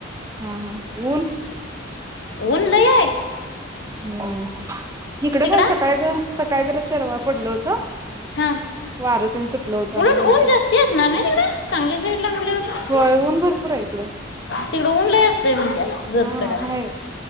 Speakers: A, on the right; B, on the left.
A: हा हा. ऊन.
B: ऊन लय हाय.
A: हम्म इकड
B: तिकडं
A: पण सकाळधर सकाळी जरा शेरवाळ पडलं होतं,
B: हा
A: वारं तेन सुटलं होतं. आणि
B: उलट
A: नंतर
B: ऊन जास्ती असणार नाय तिकडं, सांगली साईड ला म्हंटल्यावर.
A: होय ऊन भरपूर आहे इकडं
B: तिकड उन लय असतंय म्हणत्यात जत
A: हा
B: कड.
A: हाय